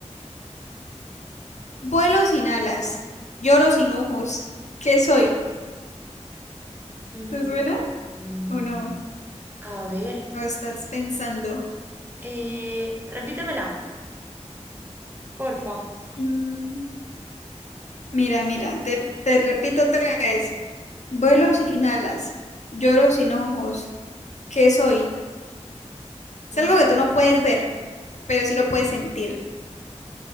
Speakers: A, on the left (about 75°); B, on the right (about 15°).
A: vuelo sin alas, lloro sin ojos. ¿Qué soy?
B: Mm,
A: ¿Te suena o no?
B: a ver,
A: ¿O estás pensando?
B: eh, repítemela, porfa.
A: Mm, Mira, mira, te, te repito otra vez. Vuelo sin alas, lloro sin ojos. ¿Qué soy? Es
B: Mm,
A: algo que tú no puedes ver, pero sí lo puedes sentir.